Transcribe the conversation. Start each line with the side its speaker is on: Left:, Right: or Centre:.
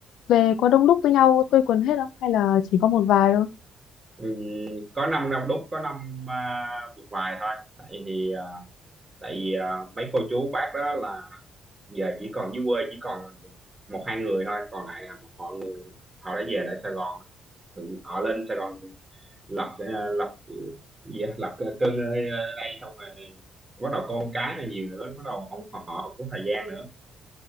Left: về có đông đúc với nhau quây quần hết không hay là chỉ có một vài thôi
Right: Ừ. có năm đông đúc có năm à, một vài thôi tại thì à, tại vì à, mấy cô chú bác đó là giờ chỉ còn dưới quê chỉ còn một hai người thôi còn lại là một họ người họ đã về lại Sài Gòn Tự- họ lên Sài Gòn lập ờ, lập gì á? lập cơ- cơn ở đây xong rồi bắt đầu con cái là nhiều nữa bắt đầu không họ, họ không có thời gian nữa